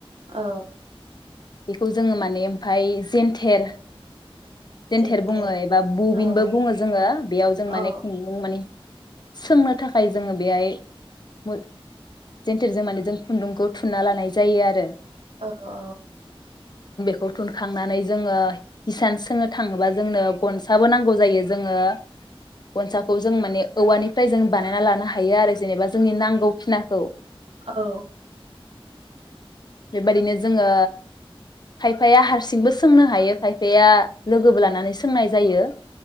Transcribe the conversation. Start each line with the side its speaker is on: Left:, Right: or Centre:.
Right: औ।
Left: बेखौ जोङो माने ओमफाय जेन्थेर जेेनथेर
Right: जेन्थेर
Left: बुङो एबा बबिनबो
Right: औ
Left: बुङो जोङो बेयाव जों माने
Right: औ
Left: खुन्दुं माने सोंनो थाखाय जोङो बेहाय मो जेेनथेरजों माने जों खुन्दुंखौ थुनना लानाय जायो आरो।
Right: औ औ।
Left: बुथुमखांनानै जोङो हिसानसा सोंनो थाङोबा जोंनो गनसाबो नांगौ जायो जोङो गनसाखौ जों माने औवानिफ्राय जों बानायना लानो हायो आरो जेनेबा जोंनि नांगौ खिनाखौ।
Right: औ।
Left: बेबायदिनो जोङो खायफाया हारसिंबो सोंनो हायो खायफाया लोगोबो लानानै सोंनाय जायो।